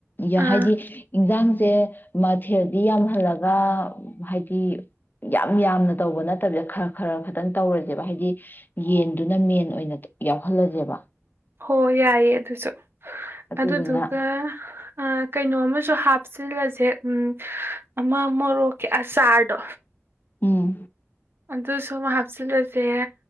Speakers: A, on the left (about 40°); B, on the right (about 50°).
A: ꯏ
B: ꯑꯥ
A: ꯍꯥꯏꯗꯤ ꯏꯟꯖꯥꯡꯖꯦ ꯃꯊꯦꯜꯗꯤ ꯌꯥꯝꯍꯜꯂꯒ ꯍꯥꯏꯗꯤ ꯌꯥꯝ ꯌꯥꯝꯅ ꯇꯧꯕ ꯅꯠꯇꯕꯤꯗ ꯈꯔ ꯈꯔ ꯈꯤꯇꯪ ꯇꯧꯔꯖꯦꯕ ꯍꯥꯏꯗꯤ ꯌꯦꯟꯗꯨꯅ ꯃꯦꯟ ꯑꯣꯏꯅ ꯇ ꯌꯥꯎꯍꯜꯂꯖꯦꯕ
B: ꯍꯣ ꯌꯥꯏꯌꯦ ꯑꯗꯨꯁꯨ
A: ꯑꯗꯨꯗꯨꯅ
B: ꯑꯗꯨꯗꯨꯒ ꯑ ꯀꯩꯅꯣ ꯑꯃꯁꯨ ꯍꯥꯞꯆꯤꯜꯂꯁꯦ ꯎꯝ ꯑꯃ ꯃꯣꯔꯣꯛꯀꯤ ꯑꯆꯥꯔꯗꯣ
A: ꯎꯝ
B: ꯑꯗꯨ ꯁꯨꯝ ꯍꯥꯞꯆꯤꯜꯂꯁꯦ